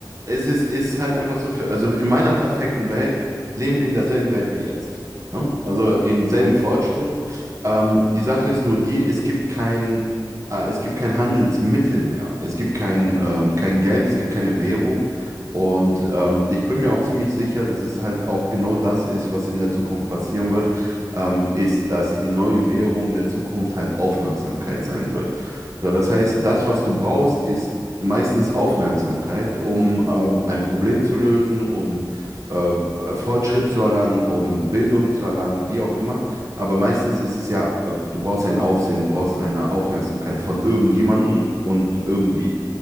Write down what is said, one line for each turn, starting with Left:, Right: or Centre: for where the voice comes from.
Right: es ist, ist halt einfach so, für, also in meiner perfekten Welt leben wir in derselben Welt wie jetzt. Ne? Also
Left: Mhm.
Right: im selben Fortschritt. Ähm, die Sache ist nur die, es gibt kein, äh, es gibt kein Handelsmittel mehr. Es gibt kein,
Left: Mhm.
Right: ähm, kein Geld, es gibt keine Währung. Und ähm, ich bin mir auch ziemlich sicher, dass es halt auch genau das ist, was in der Zukunft passieren wird, ähm, ist, dass die neue Währung der Zukunft halt Aufmerksamkeit sein wird. So, das heißt, das, was du brauchst, ist meistens Aufmerksamkeit, um ähm, ein Problem zu lösen, um äh, Fortschritt zu erlangen, um Bildung zu erlangen, wie auch immer. Aber meistens ist es ja, äh, du brauchst ein Aufsehen, du brauchst eine Aufmerksamkeit von irgendjemandem
Left: Mhm.
Right: und irgendwie.